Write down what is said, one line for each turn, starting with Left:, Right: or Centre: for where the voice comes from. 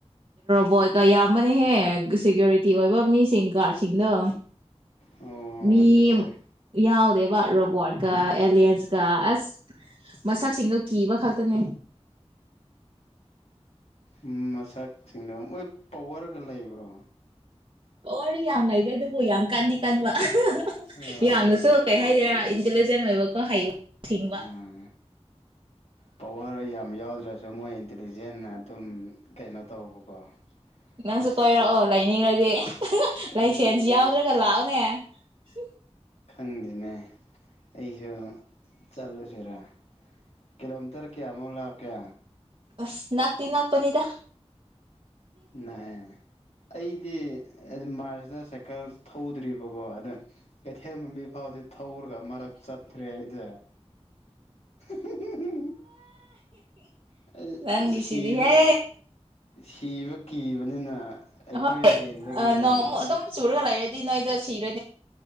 Right: ꯕꯣ ꯀ ꯌꯥꯝ ꯑꯃ ꯍꯦ ꯁꯦꯀ꯭ꯌꯨꯔꯤꯇꯤ ꯑꯣꯏꯕ ꯃꯤꯁꯤꯡ ꯒꯥꯔꯗ ꯗ
Left: ꯑꯣ
Right: ꯃꯤ
Left: ꯑꯠꯆꯥ ꯑꯠꯆꯥ
Right: ꯌꯥ ꯕ ꯔꯣꯕꯣꯠ ꯀ ꯑꯦꯂꯤꯟꯁ ꯀ ꯑ ꯃꯁꯛꯁꯤꯡꯗꯨꯣ ꯀꯤꯕ ꯈꯛꯇꯅꯦ
Left: ꯎ ꯃꯁꯛꯁꯤꯡꯗ ꯃꯣꯏ ꯄꯋꯔꯒ ꯂꯩꯕ꯭ꯔꯣ
Right: ꯑꯣꯏ ꯌꯥꯝ ꯂꯩꯗ ꯑꯗꯨ ꯀꯣꯛ ꯌꯥꯝ ꯀꯟꯗꯤ ꯀꯟꯕ ꯑꯍ ꯑꯍ ꯑꯍ
Left: ꯑꯥ
Right: ꯌꯥꯝꯅꯁꯨ ꯀꯩ ꯍꯥꯏꯗꯣꯏꯔꯥ ꯏꯟꯇꯤꯂꯤ ꯖꯦꯟ ꯑꯣꯏꯕꯀꯣ ꯍꯩꯕ ꯁꯤꯡꯕ
Left: ꯑꯥ ꯄꯋꯥꯔ ꯌꯥꯝ ꯌꯥꯎꯗ꯭ꯔꯁꯨ ꯃꯣꯏ ꯏꯟꯇꯤꯂꯤꯖꯦꯟꯅ ꯑꯗꯨꯝ ꯀꯩꯅꯣ ꯇꯧꯕꯀꯣ
Right: ꯅꯪꯁꯨ
Left: ꯑꯁ
Right: ꯀꯣꯏꯔꯛꯑꯣ ꯂꯩꯅꯤꯡꯔ ꯗꯤ ꯑꯦ ꯑꯍ ꯍ
Left: ꯍꯣꯏ
Right: ꯂꯥꯏꯁꯦꯟꯁ ꯌꯥꯎꯗ꯭ꯔꯒ ꯂꯥꯛꯑꯣꯅꯦ ꯍꯨꯝ
Left: ꯈꯪꯗꯦꯅꯦ ꯑꯩꯁꯨ ꯆꯠꯂꯨꯁꯤꯔꯥ ꯀꯤꯂꯣꯃꯤꯇꯔ ꯀꯌꯥꯃꯨꯛ ꯂꯥꯞꯀꯦ
Right: ꯑꯁ ꯅꯛꯇꯤ ꯅꯛ ꯄꯅꯤꯗ
Left: ꯅꯛꯑꯦ ꯑꯩꯗꯤ ꯑ ꯃꯥꯔ ꯁꯇ ꯁꯥꯏꯀꯜ ꯊꯧꯗ꯭ꯔꯤꯕꯀꯣ ꯑꯗ ꯀꯩꯊꯦꯜ ꯃꯝꯕꯤ ꯐꯥꯎꯗꯤ ꯊꯧꯔꯒ ꯑꯃꯔꯛ ꯆꯠꯈ꯭ꯔꯦ ꯑꯩꯗꯤ ꯑ ꯍꯤ ꯍꯤ ꯍꯤ ꯍꯤ ꯑꯩ
Right: ꯅꯪꯒꯤꯁꯤꯗꯤꯍꯦ
Left: ꯁꯤꯕ ꯁꯤꯕ ꯀꯤꯕꯅꯤꯅ ꯑꯩꯈꯣꯏ
Right: ꯍꯣꯏ
Left: ꯔꯦꯟꯗꯒꯤꯅꯦ
Right: ꯑ ꯅꯣꯡꯃꯨꯛ ꯑꯗꯨꯝ ꯆꯨꯔꯒ ꯂꯩꯔꯦ ꯗꯤ ꯅꯣꯏꯗ ꯁꯤꯔ